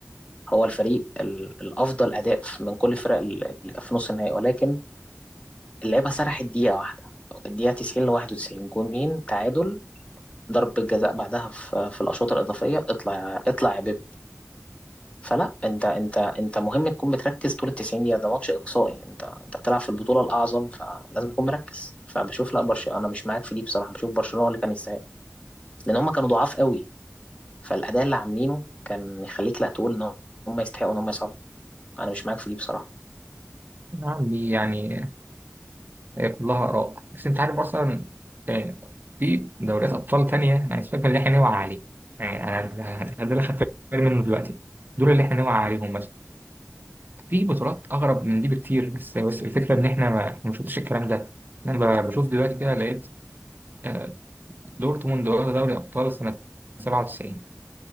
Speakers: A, on the left; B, on the right.
A: هو الفريق ال- الافضل اداء في- من كل الفرق ال- اللي كانت في نص النهائي ولكن اللعيبه سرحت دقيقه واحده الدقيقه 90 ل 91 جونين تعادل ضربه جزاء بعدها في في الاشواط الاضافيه اطلع اطلع يا بيب فلا انت انت انت مهم تكون بتركز طول ال 90 دقيقه ده ماتش اقصائي انت انت بتلعب في البطوله الاعظم فلازم تكون مركز فبشوف لا برشلونه انا مش معاك في دي بصراحه بشوف برشلونه هو اللي كان يستحق لان هم كانوا ضعاف قوي فالاداء اللي عاملينه كان يخليك لا تقول ان هم يستحقوا ان هم يصعدوا انا مش معاك في دي بصراحه
B: يا عمي يعني آه، كلها اراء بس انت عارف اصلا آه، في دوريات ابطال تانيه يعني سيبك من اللي احنا نوعى عليه يعني انا ده اللي خدت بالي منه دلوقتي دول اللي احنا نوعى عليهم مثلا في بطولات اغرب من دي بكتير بس بس الفكره ان احنا ما ما شفتش الكلام ده انا ب- بشوف دلوقتي كده لقيت آه، دورتموند واخدة دوري أبطال سنة 97